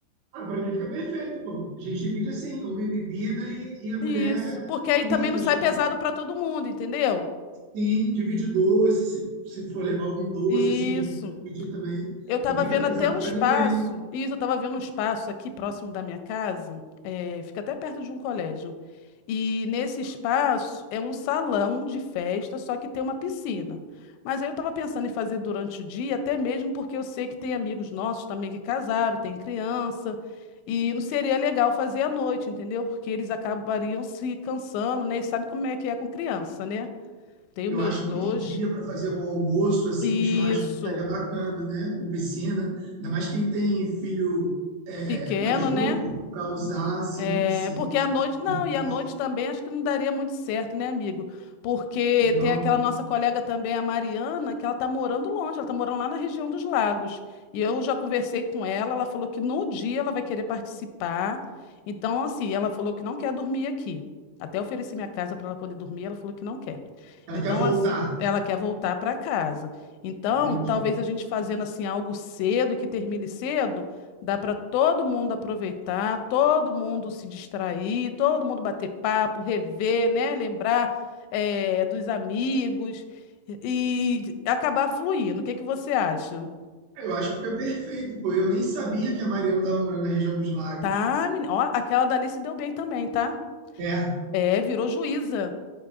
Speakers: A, on the right (about 75°); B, on the left (about 85°).
A: Ah, pra mim fica perfeito, pô. A gente divide assim, homem bebida e, e a mulher
B: Isso, porque
A: a comida,
B: aí também não sai
A: churrasco.
B: pesado para todo mundo, entendeu?
A: Sim, divide doce, se, se for levar algum doce,
B: Isso.
A: assim, a gente pode dividir também.
B: Eu estava
A: Não fica
B: vendo
A: pesado
B: até um
A: para
B: espaço,
A: ninguém.
B: isso, eu estava vendo um espaço aqui próximo da minha casa, eh, fica até perto de um colégio. E nesse espaço é um salão de festa, só que tem uma piscina. Mas aí eu estava pensando em fazer durante o dia, até mesmo porque eu sei que tem amigos nossos também que casaram, tem criança, e não seria legal fazer à noite, entendeu? Porque eles acabariam se cansando, né? E sabe como é que é com criança, né? Tenho
A: Eu
B: meus
A: acho
B: dois,
A: que de dia para fazer um almoço assim
B: isso,
A: de churrasco ficaria bacana, né? Com piscina, ainda mais quem tem filho é,
B: pequeno,
A: mais novo
B: né?
A: para usar, assim,
B: É,
A: piscina.
B: porque à noite, não,
A: espaço.
B: e à noite também acho que não daria muito certo, né, amigo? Porque
A: Não,
B: tem aquela nossa colega também, a Mariana, que ela tá morando longe, ela tá morando lá na região dos Lagos. E eu já conversei com ela, ela falou que no dia ela vai querer participar. Então, assim, ela falou que não quer dormir aqui. Até ofereci minha casa para ela poder dormir, ela falou que não quer.
A: ela
B: Então,
A: quer voltar,
B: assim, ela quer voltar para casa. Então,
A: entendi.
B: talvez a gente fazendo assim algo cedo e que termine cedo. Dá para todo mundo aproveitar, todo mundo se distrair, todo mundo bater papo, rever, né? Lembrar, eh, dos amigos e e acabar fluindo. O que que você acha?
A: Eu acho que fica perfeito, pô. Eu nem sabia que a Mariana estava morando na região dos lagos.
B: Tá, menina. Ó, aquela dali se deu bem também, tá?
A: É.
B: É, virou juíza.